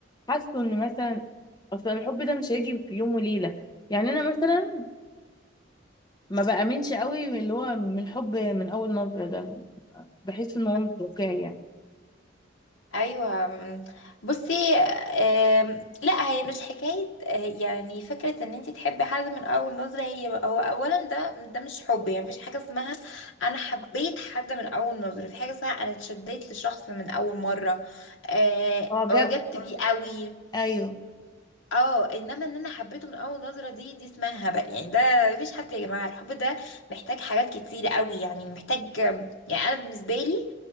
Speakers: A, on the left; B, on the left.
A: حاسه ان مثلا اصلا الحب ده مش هيجي في يوم وليله يعني انا مثلا ما بامنش قوي من اللي هو من الحب من اول نظره ده بحس ان هو
B: اه
A: مش واقعي يعني
B: ايوه أم، بصي أم، لا هي مش حكايه أه، يعني فكره ان انت تحبي حد من اول نظره هي هو اولا ده ده مش حب يعني مفيش حاجه اسمها انا حبيت حد من اول نظره في حاجه اسمها انا اتشديت لشخص من اول مره أه،
A: اه
B: اعجبت
A: جاب
B: بيه قوي
A: ايوه
B: اه انما ان انا حبيته من اول نظره دي دي اسمها هبل يعني ده مفيش حد يا جماعه الحب ده محتاج حاجات كتير قوي يعني محتاج يعني انا بالنسبه لي